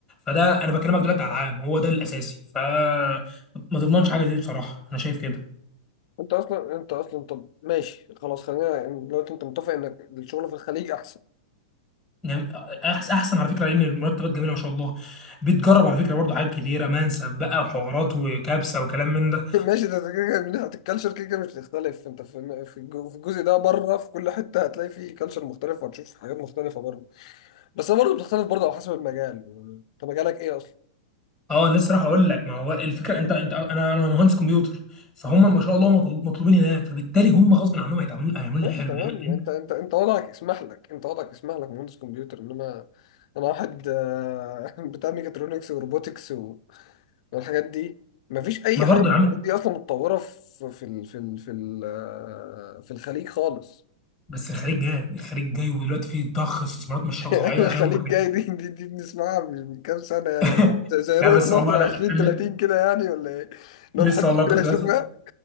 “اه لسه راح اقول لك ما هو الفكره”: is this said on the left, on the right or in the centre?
Centre